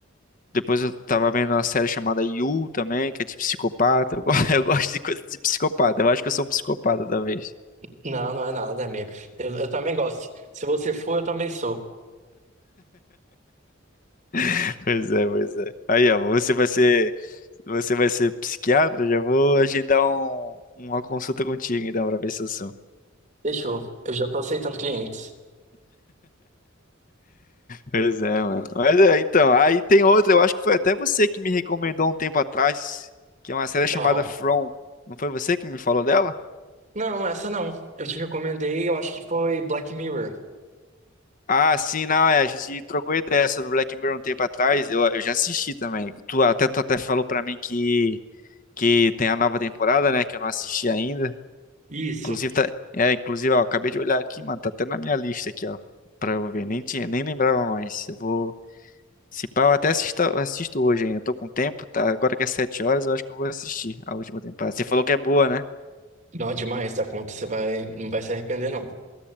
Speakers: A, on the left (about 45°); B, on the right (about 40°).
A: depois eu tava vendo uma série chamada You também, que é de psicopata. Eu, go- <laughs> eu gosto de coisa de psicopata. Eu acho que eu sou um psicopata, talvez.
B: Não, não é nada, amigo. Eu, eu também gosto. Se você for, eu também sou.
A: <laughs> Pois é, pois é. Aí, ó, você vai ser, você vai ser psiquiatra? Já vou agendar um- uma consulta contigo, então, pra ver se eu sou.
B: Fechou. Eu já tô aceitando clientes.
A: Pois é, mano. Mas é, então, aí tem outra, eu acho que foi até você que me recomendou um tempo atrás, que é uma série chamada
B: Não.
A: From. Não foi você que me falou dela?
B: Não, essa não. Eu te recomendei, eu acho que foi Black Mirror.
A: Ah, sim, não, é, a gente trocou ideia sobre Black Mirror um tempo atrás, eu, eu já assisti também. Tu até, tu até falou pra mim que, que tem a nova temporada, né, que eu não assisti ainda.
B: Isso.
A: Inclusive, tá, é, inclusive, ó, acabei de olhar aqui, mano, tá até na minha lista aqui, ó, pra eu ver, nem tinha, nem lembrava mais. Eu vou, se pá, eu até assisto, assisto hoje ainda, tô com tempo, tá, agora que é sete horas, eu acho que eu vou assistir a última temporada. Você falou que é boa, né?
B: Não, é demais da conta. Você vai, não vai se arrepender, não.